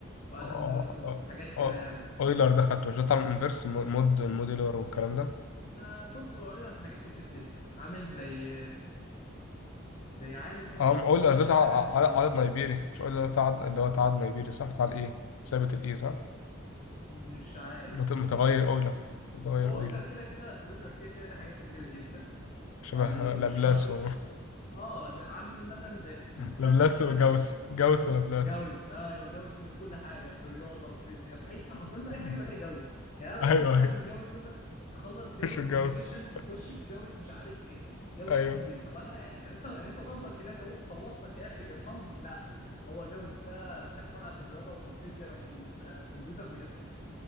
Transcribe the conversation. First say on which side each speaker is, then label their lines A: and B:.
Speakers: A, on the left; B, on the left.
A: وادم
B: آه،
A: مولتون
B: آه،
A: وحاجات كده
B: آه.
A: يعني
B: اويلر ده خدته مش ده بتاع الانفرس مود الموديلر والكلام ده
A: آه بص هو اويلر في حاجات كتير جدا عامل زي زي عالم كده
B: اه
A: برضه
B: اويلر
A: في كل
B: ده بتاع
A: حاجه
B: ع-
A: بتلاقيه
B: عدد نيبيري مش اويلر بتاع عدد- اللي هو بتاع عدد نيبيري صح بتاع الايه ثابت الايه صح
A: مش عارف
B: مت- متغير
A: وفي
B: اويلر متغير
A: هو اويلر
B: اويلر
A: كده كده اويلر كده كده ليه حاجات كتير جدا
B: شبه
A: يعني مش
B: لابلاس
A: شرط
B: و...
A: اه زي عامل مثلا زي في
B: <laughs>
A: حد
B: لابلاس
A: كده
B: وجاوس جاوس ولابلاس
A: جوز ايوه جوز اللي في كل حاجه في الرياضه في فيزياء في اي حرفيا
B: <laughs>
A: في اي حاجه بلاقي جوز يعني انا
B: ايوه
A: لسه طالع
B: ايوه
A: من جوز مثلا تخلص جوز
B: مش جاوس
A: اليمينيشن تخش في جوز مش عارف ايه جوز
B: ايوه
A: سيدل طب انا أنا لسه أنا لسه ضربك هناك اهو خلصتك يا اخي ارحمني لا هو جوز ده فاتح فرع في الرياضه وفي الفيزياء وفي الكمبيوتر باسمه